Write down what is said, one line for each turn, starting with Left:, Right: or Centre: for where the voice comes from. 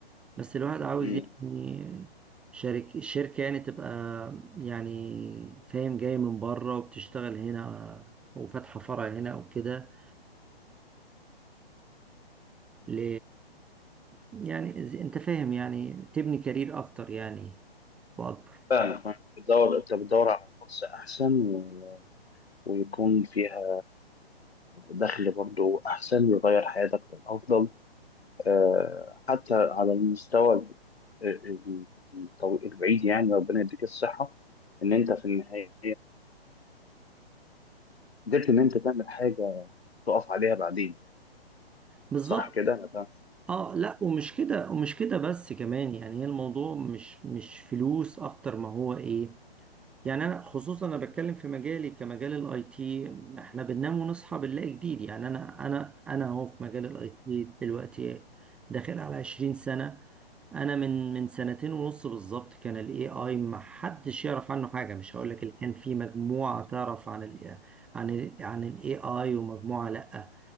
Centre: بس الواحد عاوز
Left: امم
Centre: يعني شركة الشركة يعني تبقى يعني فاهم جاي من بره وبتشتغل هنا وفاتحة فرع هنا او كده ل... يعني زي- انت فاهم يعني تبني كارير اكتر يعني واكبر
Left: فاهمك فاهمك. بتدور انت بتدور على فرصه احسن و... ويكون فيها دخل برضو احسن يغير حياتك للافضل آه، حتى على المستوى ال- ال- ال- الطويل- البعيد يعني ربنا يديك الصحه ان انت في النهايه قدرت ان انت تعمل حاجه تقف عليها بعدين
Centre: بالظبط
Left: صح كده انا فاهم
Centre: اه لا ومش كده ومش كده بس كمان يعني هي الموضوع مش مش فلوس اكتر ما هو ايه يعني انا خصوصا انا بتكلم في مجالي كمجال الاي تي احنا بننام ونصحى بنلاقي جديد يعني انا انا انا اهو في مجال الاي تي دلوقتي داخل على 20 سنة انا من من سنتين ونص بالظبط كان الاي اي ما حدش يعرف عنه حاجة مش هقول لك اللي كان في مجموعة تعرف عن ال عن ال عن الاي اي ومجموعة لا